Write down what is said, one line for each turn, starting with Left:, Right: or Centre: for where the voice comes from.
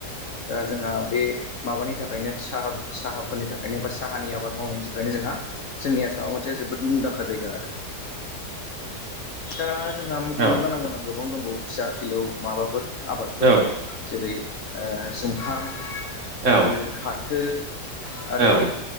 Left: दा जोंहा बे माबानि थाखायनो साहा साहाफोरनि थाखायनो बा साहानि आबाद मावनायनि थाखायनो जोंहा जोंनि आसामाव मोनसे जोबोद मुंदांखा जायगा आरो। दा जोंहा मख'नो
Right: औ
Left: गोनां गोनां गोबां दंबावो फिसा-फिलौ माबाफोर आबादफोर।
Right: औ
Left: जेरै- ओ जुंखाम
Right: औ
Left: आरो फाथो आरो
Right: औ